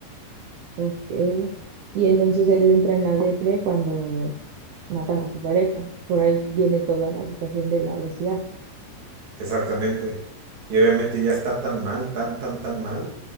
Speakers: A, on the right (about 85°); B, on the right (about 45°).
A: ok. Y entonces él entra en la depre cuando matan a su pareja. Por ahí viene toda la situación de la obesidad.
B: Exactamente. Y obviamente ya está tan mal, tan, tan, tan mal,